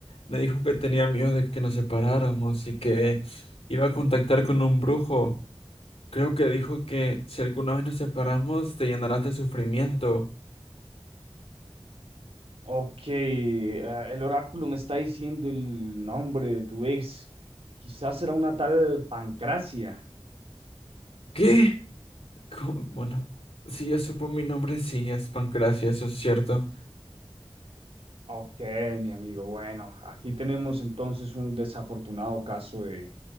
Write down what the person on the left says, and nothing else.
me dijo que tenía miedo de que nos separáramos y que iba a contactar con un brujo. Creo que dijo que si alguna vez nos separamos, te llenarás de sufrimiento.
¿Qué? Co- Bueno, si ya supo mi nombre, sí, es Pancracia, eso es cierto.